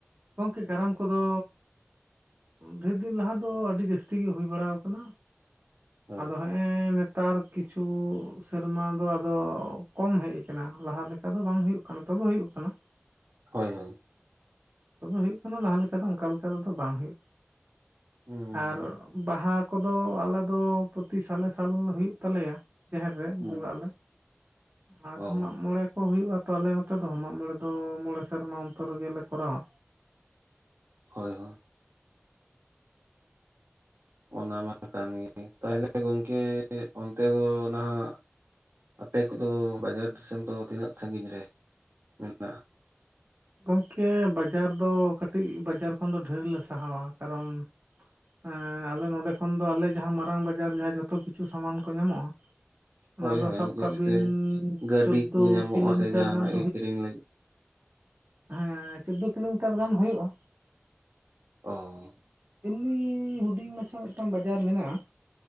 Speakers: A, on the right (about 50°); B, on the right (about 65°).
A: ᱜᱚᱢᱠᱮ, ᱠᱟᱨᱟᱢ ᱠᱚᱫᱚ ᱰᱷᱮᱨ ᱫᱤᱱ ᱞᱟᱦᱟ ᱫᱚ ᱟᱹᱰᱤ ᱡᱟᱹᱥᱛᱤ ᱜᱮ ᱦᱩᱭ ᱵᱟᱲᱟ ᱣᱟᱠᱟᱱᱟ᱾
B: ᱦᱮᱸ
A: ᱟᱫᱚ ᱦᱮᱜ ᱮᱸᱻ ᱱᱮᱛᱟᱨ ᱠᱤᱪᱷᱩ ᱥᱮᱨᱢᱟ ᱫᱚ ᱟᱫᱚ ᱠᱚᱢ ᱦᱮᱡ ᱟᱠᱟᱱᱟ ᱞᱟᱦᱟ ᱞᱮᱠᱟ ᱫᱚ ᱵᱟᱝ ᱦᱩᱭᱩᱜ ᱠᱟᱱᱟ, ᱛᱚᱵᱮ ᱦᱩᱭᱩᱜ ᱠᱟᱱᱟ᱾
B: ᱦᱳᱭ, ᱦᱳᱭ᱾
A: ᱛᱚᱵᱮ ᱦᱩᱭᱩᱜ ᱠᱟᱱᱟ ᱞᱟᱦᱟ ᱞᱮᱠᱟ ᱫᱚ ᱚᱱᱠᱟ ᱞᱮᱠᱟ ᱫᱚ ᱟᱫᱚ ᱵᱟᱝ ᱦᱩᱭᱩᱜ ᱠᱟᱱᱟ,
B: ᱦᱩᱸ
A: ᱟᱨ ᱵᱟᱦᱟ ᱠᱚᱫᱚ ᱟᱞᱮ ᱫᱚ ᱯᱨᱚᱛᱤ ᱥᱟᱞᱮ ᱥᱟᱞ ᱦᱩᱭᱩᱜ ᱛᱟᱞᱮᱭᱟ᱾ ᱡᱟᱦᱮᱨ ᱨᱮ,
B: ᱦᱩᱸ
A: ᱵᱚᱸᱜᱟ ᱟᱞᱮ ᱟᱨᱦᱚᱸ
B: ᱚ
A: ᱢᱟᱜ ᱢᱚᱬᱮ ᱠᱚ ᱦᱩᱭᱩᱜᱼᱟ ᱛᱚ ᱟᱞᱮ ᱱᱚᱛᱮ ᱫᱚ ᱢᱟᱜ ᱢᱚᱬᱮ ᱫᱚ ᱢᱚᱬᱮ ᱥᱮᱨᱢᱟ ᱚᱱᱛᱚᱨ ᱨᱮᱜᱮ ᱞᱮ ᱠᱚᱨᱟᱣᱟ᱾
B: ᱦᱳᱭ, ᱦᱳᱭ᱾ ᱚᱱᱟ ᱢᱟᱛᱚ ᱠᱟᱱ ᱜᱤᱭᱟᱹ, ᱛᱟᱦᱚᱞᱮ ᱜᱚᱝᱠᱮ ᱚᱱᱛᱮ ᱫᱚ ᱱᱟᱦᱟᱜ ᱟᱯᱮ ᱠᱚᱫᱚ, ᱵᱟᱡᱟᱨ ᱫᱤᱥᱚᱢ ᱫᱚ ᱛᱤᱱᱟᱹᱜ ᱥᱟᱺᱜᱤᱧ ᱨᱮ ᱢᱮᱱᱟᱜᱼᱟ?
A: ᱜᱚᱢᱠᱮ, ᱵᱟᱡᱟᱨ ᱫᱚ ᱠᱟᱹᱴᱤᱡ ᱵᱟᱡᱟᱨ ᱠᱷᱚᱱ ᱫᱚ ᱰᱷᱮᱨᱞᱮ ᱥᱟᱦᱟᱣᱟ᱾ ᱠᱟᱨᱚᱱ ᱮᱸᱟᱞᱮ ᱱᱚᱸᱰᱮ ᱠᱷᱚᱱ ᱫᱚ ᱟᱞᱮ ᱡᱟᱦᱟᱸ ᱢᱟᱨᱟᱝ ᱵᱟᱡᱟᱨ ᱡᱟᱦᱟᱸ ᱡᱚᱛᱚ ᱠᱤᱪᱷᱩ ᱥᱟᱢᱟᱱ ᱠᱚ ᱧᱟᱢᱚᱜᱼᱟ ᱚᱱᱟ
B: ᱦᱳᱭ-ᱦᱳᱭ
A: ᱫᱚ ᱥᱟᱵ
B: ᱡᱮᱥᱛᱮ
A: ᱠᱟᱜ ᱵᱤᱱ
B: ᱜᱟᱹᱰᱤ
A: ᱪᱳᱫᱫᱳ
B: ᱠᱚ ᱧᱟᱢᱚᱜᱼᱟ,
A: ᱠᱤᱞᱳᱢᱤᱴᱟᱨ
B: ᱥᱮ ᱡᱟᱦᱟᱱᱟᱜ
A: ᱜᱟᱱ
B: ᱜᱮ ᱠᱤᱨᱤᱧ ᱞᱟᱹᱜᱤᱫ᱾
A: ᱦᱮᱸᱻ ᱪᱳᱫᱳ ᱠᱤᱞᱳᱢᱤᱴᱟᱨ ᱜᱟᱱ ᱦᱩᱭᱩᱜᱼᱟ᱾
B: ᱚ ᱾
A: ᱮᱢᱱᱤᱻ ᱦᱩᱰᱤᱧ ᱢᱟᱪᱷᱟ ᱢᱤᱫᱴᱟᱝ ᱵᱟᱡᱟᱨ ᱢᱮᱱᱟᱜᱼᱟ᱾